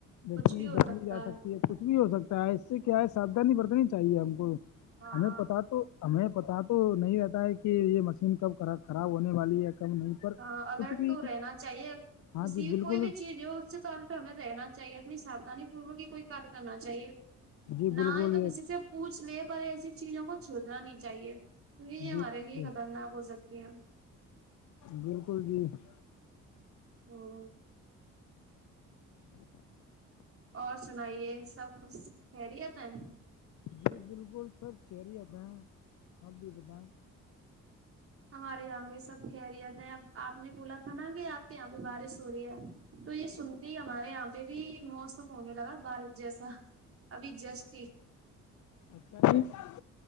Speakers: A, on the left; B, on the right.
A: وتی
B: کچھ
A: کی
B: ہو
A: جان
B: سکتا
A: بھی جا سکتی ہے کچھ بھی ہو سکتا ہے اس سے کیا ہے ساودھانی برتنی چاہیے ہم کو
B: ہاں
A: ہمیں پتا تو تو ہمیں پتا تو نہیں رہتا ہے کہ یہ مشین کب خراب ہونے والی ہے کب نہیں پر
B: ہاں الرٹ
A: کچھ بھی
B: تو رہنا چاہیے
A: ہاں
B: کسی
A: جی بالکل
B: کوئی بھی چیز جو اچ طور پ ہمیں رہنا چاہیے اپنی ساھانی پوروک ہی کوئی کار کرنا چاہیے
A: جی
B: نہ
A: بالکل
B: ہی تو
A: یہ
B: کسی سے پوچھ لے پر ایسی چیزوں کو چھوڑنا نہیں چاہیے نہیں
A: جی
B: ہمارے
A: بالکل
B: لیے خطرناک ہو سکتی ہیں
A: بالکل جی <unintelligible>
B: ہوں اور سنائیے سب خھ کہہ رہی ہے ت <unintelligible>
A: جی بالکل سب خری آتے ہیں آپ بھی بتائیں
B: ہمارے یہاں بھی سب خیریت ہیں اب آپ نے بولا تھا نا کہ آپ کے یہاں پہ بارش ہو رہی ہے تو یہ سنتے ہی ہمارے یہاں پہ بھی موسم ہونے لگا بارش جیسا ابھی جست
A: اچھ <inaudible>